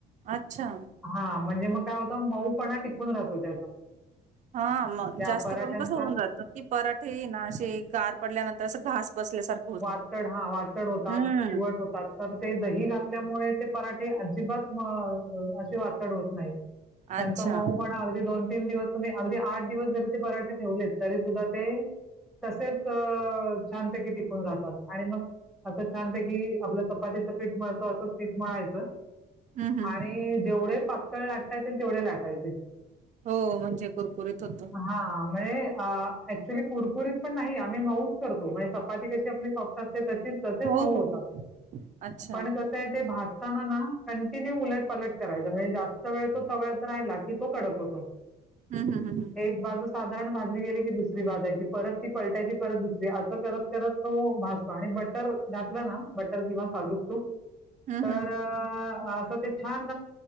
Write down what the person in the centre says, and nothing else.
हा म्हणजे मग काय होतं मऊ पणा टिकून राहतो त्याचा
त्या
पराठ्यांचा
वाटड हा वाटड होतात
चिवट होतात तर ते दही घातल्यामुळे ते पराठे अजिब वाट होत नाही त्यांचा
मऊ पण अ दोन तीन दिवस तुम्ही अगदी आठ दिवस जरी ते पराठे ठेवलेत तरी सुद्धा ते तसेच छांत की टिक राहतात आणि मग असं छान प की आपलं चपातीचं पीठळतं असं पीठ मळायचं
आणि
जेवढे पातळ लाटायचे तेवढे लाटायचे
हा म्हज अ ऍक्च्युली कुरकुरीत पण नाही आम्ही मऊच करतो म्हणजे चपाती कशी आपली सॉपतात ते तसे तसेच
नऊ
होतात
पण कस आहे ते भासताना ना कंटिन्यू उलट पलट करायचं म्हणजे जास्त व तो सवळ्यात राहिला की तो कडक होतो
एक बाजू साधारण भाजली गेली की दुसरी भाजायची परत ती पलटायची परत दुसरी असं करत करत तो भासतो आणि बटर घातला ना बटर किंवा सालूक तूप
तर
असं ते छान